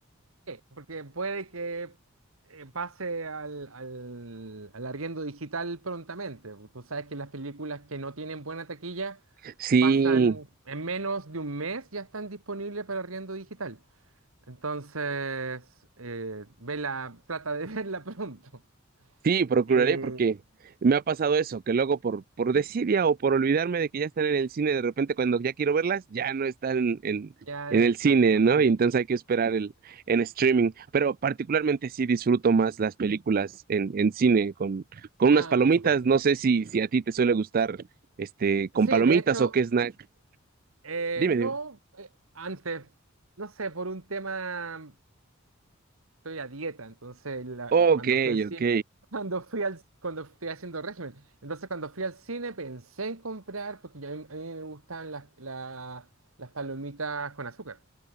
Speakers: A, on the right; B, on the right.
A: Porque puede que eh, pase al, al, al arriendo digital prontamente. Tú sabes que las películas que no tienen buena taquilla
B: Sí,
A: pasan en menos de un mes, ya están disponibles para arriendo digital. Entonces, eh, vela, trata de <laughs> verla pronto.
B: Sí, procuraré
A: Eh,
B: porque me ha pasado eso, que luego por, por desidia o por olvidarme de que ya están en el cine, de repente cuando ya quiero verlas, ya no están en,
A: ya
B: en
A: no
B: el
A: están,
B: cine,
A: así
B: ¿no?
A: es.
B: Y entonces hay que esperar el, en streaming. Pero particularmente sí disfruto más las películas en, en cine con, con
A: Ah,
B: unas palomitas.
A: por supuesto.
B: No sé si, si a ti te suele gustar este con
A: Sí,
B: palomitas
A: de hecho,
B: o qué snack.
A: eh,
B: Dime,
A: no,
B: dime.
A: eh, antes, no sé, por un tema estoy a dieta, entonces la-
B: Ok,
A: la- cuando fui al cine,
B: ok,
A: <laughs> cuando fui al, cuando estoy haciendo régimen, entonces cuando fui al cine pensé en comprar, porque ya a mí, a mí me gustan las, la- las palomitas con azúcar,